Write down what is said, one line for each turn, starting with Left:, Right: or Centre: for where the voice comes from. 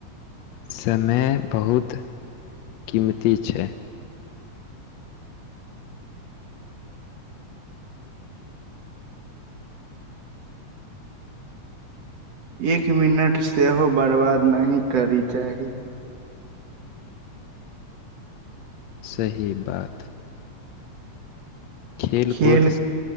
Left: समय बहुत कीमती छै।
Right: एक मिनट सेहो बर्बाद नहि करी चाही।
Left: सही बात। खेलकूद,
Right: खेल